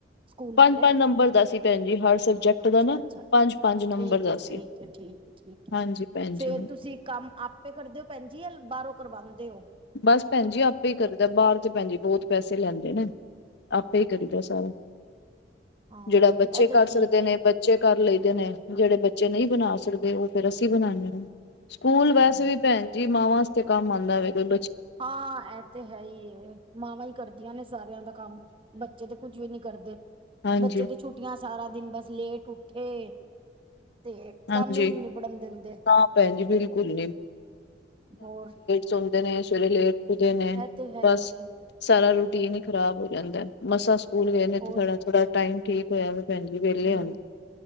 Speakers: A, on the right; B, on the left.
A: ਸਕੂਲ
B: ਪੰਜ
A: ਵਾਲੇ,
B: ਪੰਜ ਨੰਬਰ ਦਾ ਸੀ ਭੈਣ ਜੀ ਹਰ ਸਬਜੈਕਟ
A: ਅੱਛਾ-
B: ਦਾ ਨਾ
A: ਅੱਛਾ-ਅੱਛਾ,
B: ਪੰਜ ਪੰਜ ਨੰਬਰ
A: ਠੀਕ
B: ਦਾ
A: ਐ, ਠੀਕ
B: ਸੀ
A: ਐ, ਠੀਕ- ਠੀਕ
B: ਹਾਂਜੀ ਭੈਣ ਜੀ
A: ਫਿਰ ਤੁਸੀਂ ਕੰਮ ਆਪੇ ਕਰਦੇ ਓ ਭੈਣਜੀ, ਜਾਂ ਬਾਹਰੋਂ ਕਰਵਾਉਂਦੇ ਓ?
B: ਬਸ ਭੈਣ ਜੀ ਆਪੇ ਹੀ ਕਰਦਾ, ਬਾਹਰ ਤੇ ਭੈਣ ਜੀ ਬਹੁਤ ਪੈਸੇ ਲੈਂਦੇ ਨੇ। ਆਪੇ ਹੀ ਕਰੀਦਾ ਸਾਰਾ,
A: ਹਾਂ
B: ਜੇੜਾ ਬੱਚੇ
A: ਇਹ ਤੇ
B: ਕਰ
A: ਠੀਕ
B: ਸਕਦੇ
A: ਹੈ
B: ਨੇ ਬ ਬੱਚੇ ਕਰ ਲਈਦੇ ਨੇ, ਜੇੜੇ ਬੱਚੇ ਨਹੀਂ ਬਣਾ ਸਕਦੇ ਉਹ ਫਿਰ ਅਸੀਂ ਬਣਾਉਂਣੇ ਆਂ। ਸਕੂਲ ਵੈਸੇ
A: ਹਾਂ
B: ਵੀ ਭੈਣ ਜੀ, ਮਾਵਾਂ ਵਾਸਤੇ ਕੰਮ ਆਉਂਦਾ ਵੇਖ ਲਓ
A: ਹਾਂ, ਐਹ ਤੇ ਹੈ ਹੀ ਐ, ਮਾਵਾਂ ਹੀ ਕਰਦੀਆਂ ਨੇ ਸਾਰਿਆਂ ਦਾ ਕੰਮ। ਬੱਚੇ ਤੇ ਕੁੱਝ ਵੀ ਨੀ ਕਰਦੇ।
B: ਹਾਂਜ
A: ਬੱਚੇ ਤੇ ਛੁੱਟੀਆਂ ਸਾਰਾ ਦਿਨ, ਬਸ ਲੇਟ ਉੱਠੇ। ਤੇ,
B: ਹਾਂਜੀ।
A: ਕੰਮ ਹੀ ਨੀ ਨਿਬੜਨ ਦਿੰਦੇ।
B: ਨਾ ਭੈਣ ਜੀ ਬਿਲਕੁਲ
A: ਹੋਰ।
B: ਸੌਂਦੇ ਨੇ, ਸਵੇਰੇ ਲੇਟ ਉੱਠਦੇ ਨੇ
A: ਇਹ ਤੇ ਹੈ
B: ਬਸ।
A: ਹੀ ਏ
B: ਸਾਰਾ ਰੂਟੀਨ ਈ ਖਰਾਬ ਹੋ ਜਾਂਦਾ‌ ਐ, ਮਸਾਂ ਸਕੂਲ ਗਏ ਨੇ
A: ਹੋਰ
B: ਥੋੜ੍ਹਾ- ਥੋੜ੍ਹਾ ਟਾਇਮ। ਠੀਕ ਹੋਇਆ ਫੇ ਭੈਣਜੀ ਵਿਹਲੇ।
A: ਹਮ